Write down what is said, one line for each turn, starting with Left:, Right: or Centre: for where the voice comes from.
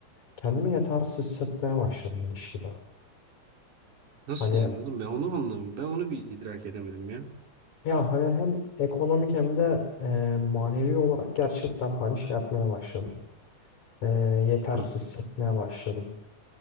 Left: kendimi yetersiz hissetmeye başladım ilişkide.
Right: Nasıl
Left: Hani
Right: yani oğlum ben onu anlamadım. Ben onu bir idrak edemedim ya.
Left: ya hani hem ekonomik hem de e, manevi olarak gerçekten hani şey yapmaya başladım. E, yetersiz
Right: Hı.
Left: hissetmeye başladım.